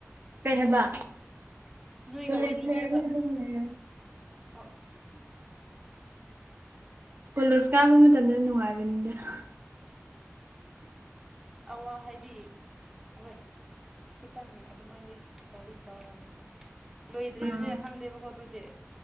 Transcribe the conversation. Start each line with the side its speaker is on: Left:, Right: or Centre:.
Right: ꯀꯩ ꯍꯥꯏꯕ
Centre: ꯍꯥ ꯅꯣꯏꯒ
Right: ꯄꯨꯂꯤꯁ
Centre: ꯑꯣꯏꯅꯤꯡꯉꯦꯕ
Right: ꯂꯩ
Centre: ꯑꯣ ꯑꯣ
Right: ꯀꯣꯂꯦꯖ ꯀꯥꯕ ꯃꯇꯝꯗ ꯅꯨꯡꯉꯥꯏꯕꯅꯤꯗꯅ
Centre: ꯑꯋꯥ ꯍꯥꯏꯗꯤ ꯍꯣꯏ ꯈꯤꯇꯪ ꯑꯗꯨꯃꯥꯏꯗꯤ ꯇꯧꯗꯤ ꯇꯧꯔꯔꯕꯅꯤ ꯂꯣꯏꯗ꯭ꯔꯔꯤꯕꯅꯤꯅ
Right: ꯎꯝ
Centre: ꯈꯪꯗꯦꯕꯀꯣ ꯑꯗꯨꯗꯤ